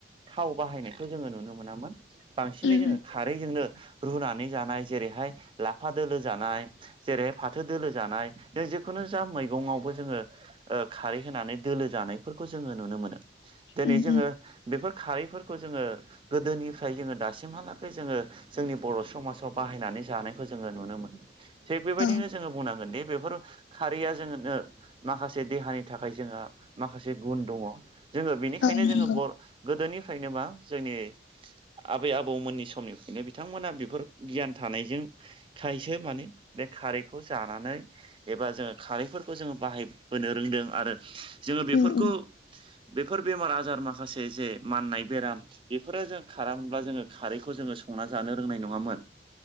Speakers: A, on the right (about 30°); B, on the left (about 85°).
A: थाव बाहायनायखौ जोङो नुनो मोनामोन बांसिनै
B: उम
A: जोङो खारैजोंनो रुनानै जानाय जेरैहाय लाफा दोलो जानाय। जेरैहाय फाथो दोलो जानाय जे जिखुनु जा मैगङावबो जोङो ओ खारै होनानै दोलो जानायफोरखौ जोङो नुनो मोनो दोनै
B: उम
A: जोङो
B: उम
A: बेफोर खारैफोरखौ जोङो गोदोनिफ्राय जोङो दासिमहालागै जोङो जोंनि बर' समाजाव बाहायनानै जानायखौ जोङो नुनो मोनो थिग बेबायदिनो
B: औ
A: जोङो बुंनांगोनदि बेफोर खारैया जोंनो माखासे देहानि थाखाय जोंहा माखासे गुन दङ। जोङो बेनिखायनो
B: औ नंगौ
A: जोङो बर गोदोनिफ्रायनो मा जोंनि आबै आबौमोननि समनिफ्रायनो बिथांमोना बेफोर गियान थानायजों खायसो माने बे खारैखौ जानानै एबा जोङो खारैफोरखौ जोङो बाहायबोनो रोंदों। आरो जोङो बेफोरखौ
B: उम उम
A: बेफोर बेमार आजार माखासे जे माननाय बेराम बेफोरो जों खारामोनब्ला जोङो खारैखौ जोङो संना जानो रोंनाय नङामोन।